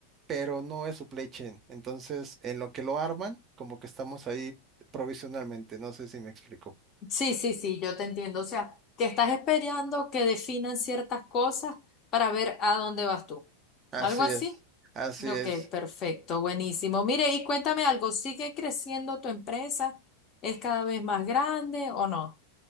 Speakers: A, on the right; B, on the left.
A: pero no es supply chain. Entonces, en lo que lo arman, como que estamos ahí provisionalmente, no sé si me explico.
B: Sí, sí, sí, yo te entiendo. O sea, que estás esperando que definan ciertas cosas para ver a dónde vas tú.
A: Así
B: ¿Algo así?
A: es, así
B: Ok,
A: es.
B: perfecto, buenísimo. Mire, y cuéntame algo, ¿sigue creciendo tu empresa? ¿Es cada vez más grande o no?